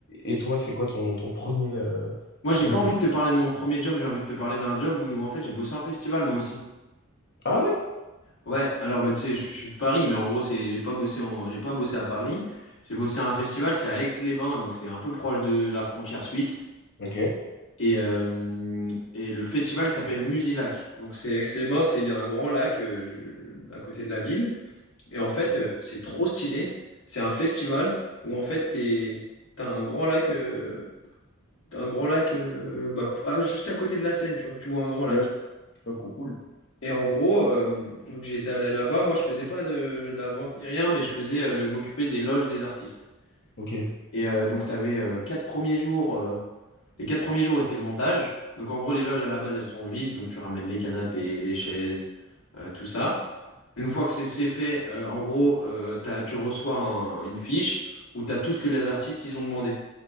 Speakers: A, on the left (about 50°); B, on the left (about 65°).
A: et- et toi, c'est quoi ton, ton premier euh,
B: Moi,
A: petit
B: j'ai pas
A: job?
B: envie de te parler de mon premier job, j'ai envie de te parler d'un job où, en fait, j'ai bossé en festival, moi aussi.
A: Ah ouais?
B: Ouais, alors, bah, tu sais, je, je suis de Paris, mais en gros, c'est, j'ai pas bossé en, j'ai pas bossé à Paris. J'ai bossé à un festival, c'est à Aix-les-Bains, donc c'est un peu proche de la frontière suisse.
A: Ok.
B: Et, euh, et le festival, il s'appelle Musilac. Donc, c'est Aix-les-Bains, c'est, il y a un grand lac euh, je- à côté de la ville. Et en fait,
A: Ouais.
B: euh, c'est trop stylé. C'est un festival où, en fait, t'es, t'as un grand lac, euh, t'as un grand lac euh, bah, pas juste à côté de la Seine, tu vois. Tu vois un grand lac.
A: Ouais, pas trop cool.
B: Et en gros, euh, donc j'ai été allé là-bas. Moi, je faisais pas de la vente ni rien, mais je faisais, euh, je m'occupais des loges des artistes.
A: Ok,
B: Et euh, donc, tu avais quatre premiers jours. euh, les quatre premiers jours, c'était le montage. Donc en gros, les loges à la base, elles sont vides, donc tu ramènes les canapés, les chaises, euh, tout ça. Une fois que c'est c'est fait, euh, en gros, euh, t'as- tu reçois un- une fiche où tu as tout ce que les artistes, ils ont demandé.